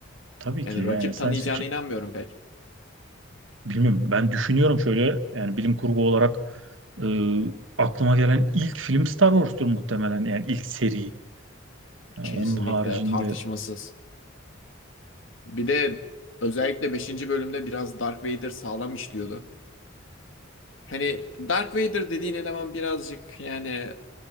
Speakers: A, on the right (about 70°); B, on the left (about 75°).
A: Tabii
B: Yani
A: ki yani
B: rakip
A: science
B: tanıyacağına
A: fiction
B: inanmıyorum pek.
A: bilmiyorum ben düşünüyorum şöyle yani bilim kurgu olarak e, aklıma gelen ilk film Star Wars'tur muhtemelen yani ilk seri. Yani
B: Kesinlikle
A: onun haricinde
B: tartışmasız. Bir de özellikle beşinci bölümde biraz Dark Vader sağlam işliyordu. Hani Dark Vader dediğin eleman birazcık yani